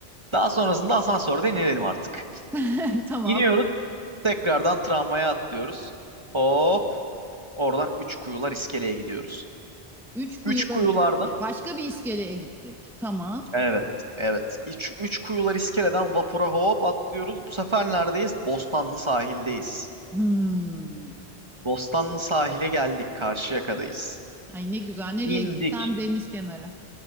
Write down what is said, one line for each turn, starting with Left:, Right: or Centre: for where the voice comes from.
Right: Daha sonrasında asansörde inelim artık.
Centre: <laughs> Tamam.
Right: İniyoruz, tekrardan tramvaya atlıyoruz. Hop, oradan üç kuyular iskeleye gidiyoruz.
Centre: Üç kuyular
Right: Üç kuyularda,
Centre: iskele. Başka bir iskeleye gittik. Tamam.
Right: evet, evet. Üç, üç kuyular iskeleden vapura hop atlıyoruz. Bu sefer neredeyiz? Bostanlı sahildeyiz.
Centre: Hmm.
Right: Bostanlı sahile geldik. Karşıyaka'dayız.
Centre: Ay ne güzel. Nereye
Right: İndik.
Centre: gitsen deniz kenarı.